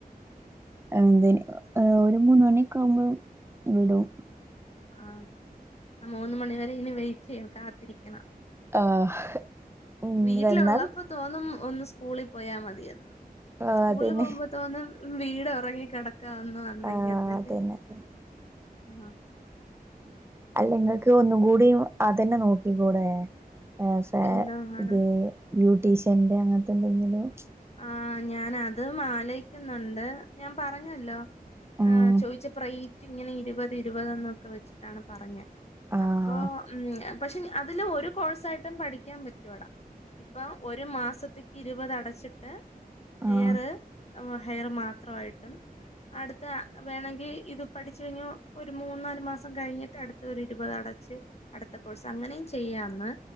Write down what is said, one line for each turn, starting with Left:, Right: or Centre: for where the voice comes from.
Right: എന്തേഞ് ഏ ഒരു മൂന്ന്ണിക്കെ ആഉമ്പോം വിടും.
Left: ആ അ മൂന്ന് മണി വരെ ഇനി വെയിറ്റെയ്യ്ണം കാ ഇരിക്കണം
Right: ആഹ് ഉം
Left: വീട്ടിലുള്ളപ്പോ
Right: വന്നാ
Left: തോന്നും ഒന്ന് സ്കൂളിൽ പോയാ മതിയന്ന്.
Right: ആഹ്
Left: സ്കൂള്
Right: അതന്നെ
Left: പോഉമ്പോത്തോന്നും വീട് ഒറങ്ങി കിടക് ക്ക ഒന്നു വന്നങ്കി
Right: ആഹ്
Left: ന്നല്ലേ
Right: അതന്നെ അതന്നെ
Left: ആ
Right: അല്ലെങ്ങക്ക് ഒന്നും കൂടിയു അതന്നെ നോക്കിക്കൂടെ? ഏ ഫേ
Left: എന്താ പാട്
Right: ഇത് ബ്യൂട്ടീഷ്യന്റെ അങ്ങത്തെന്തെങ്കിലും
Left: ആ ഞാൻ അതും ആലോയിക്കുന്നുണ്ട്. ഞാൻ പറഞ്ഞല്ലോ
Right: ഉം
Left: ആ ചോയിച്ചപ്പ റേറ്റ് ഇങ്ങനെ ഇരുപത് ഇരുപത് ന്നൊക്കെ വെച്ചിട്ടാണ് പറഞ്ഞെ.
Right: ആഹ്
Left: അപ്പൊ ഉം അ പക്ഷെ ഞ അതില് ഒരു കോഴ്സായിട്ടും പഠിക്കാൻ പറ്റു എടാ ഇപ്പൊ ഒരു മാസത്ക്ക് ഇരുവത് അടച്ചിട്ട് ഹെയറ്
Right: ആഹ്
Left: അവ ഹെയറ് മാത്രമായിട്ടും അടുത്ത വേണങ്കി ഇത് പഠിച് ഴിഞ്ഞോ ഒരു മൂന്നാല് മാസം കഴിഞ്ഞിട്ട് അടുത്ത ഒരു ഇരുപതടെ എച്ച് അടുത്ത കോഴ്സ് അങ്ങനെയും ചെയ്യാന്ന്